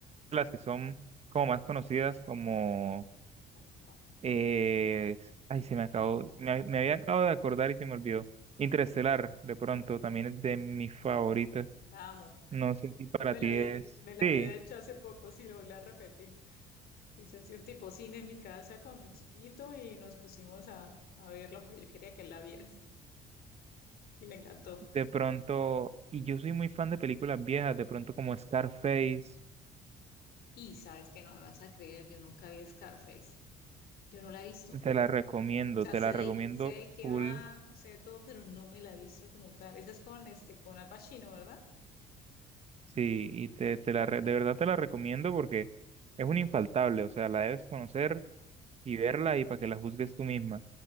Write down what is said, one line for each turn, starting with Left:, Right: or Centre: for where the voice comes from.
Right: las que son como más conocidas, como,
Left: ¿Cómo cuál?
Right: eh, ay, se me acabó, me, me había acabado de acordar y se me olvidó. Interestelar, de pronto, también es de mis favoritas.
Left: La amo.
Right: No sé si para
Left: Me
Right: ti
Left: la vi,
Right: es,
Left: me la
Right: sí,
Left: vi de hecho hace poco, sí, lo la volví a repetir. Hice así un tipo cine en mi casa con mi chiquito y nos pusimos a, a verla porque yo quería que él la viera <laughs> y le encantó.
Right: de pronto, y yo soy muy fan de películas viejas, de pronto como Scarface,
Left: Y sabes que no me vas a creer, yo nunca vi Scarface, yo no la he visto. O
Right: te la recomiendo,
Left: sea,
Right: te
Left: sé
Right: la
Left: de,
Right: recomiendo
Left: sé de qué
Right: full,
Left: va, sé de todo, pero no me la he visto como tal. Esa es con, este, con Al Pacino, ¿verdad?
Right: sí, y te, te la, re- de verdad te la recomiendo porque es un infaltable, o sea, la debes conocer y verla y para que la juzgues tú misma.